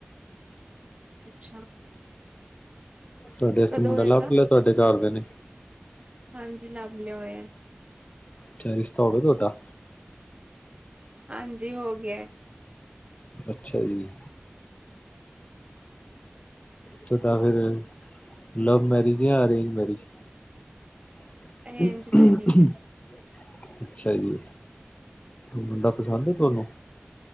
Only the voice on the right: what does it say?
ਅੱਛਾ।
ਕਦੋਂ
ਹੋਏਗਾ?
ਹਾਂਜੀ ਲੱਭ ਲਿਆ ਹੋਇਆ ਐ।
ਹਾਂਜੀ ਹੋ ਗਿਐ।
ਅਰੇਂਜ ਮੈਰਿਜ ਹੈ,